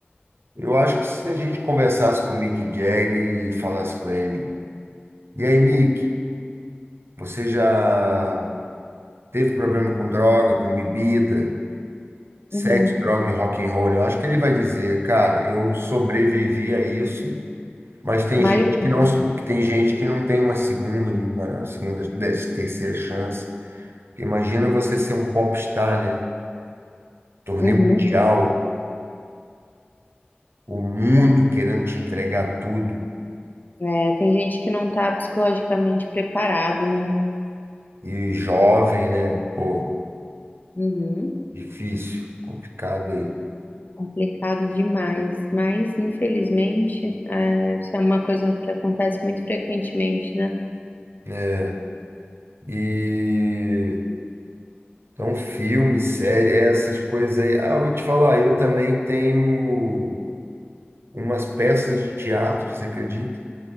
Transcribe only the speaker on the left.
uhum.
Maioria.
Uhum.
É, tem gente que não tá psicologicamente preparado, né?
Uhum.
Complicado demais. Mas, infelizmente, é, isso é uma coisa que acontece muito frequentemente, né?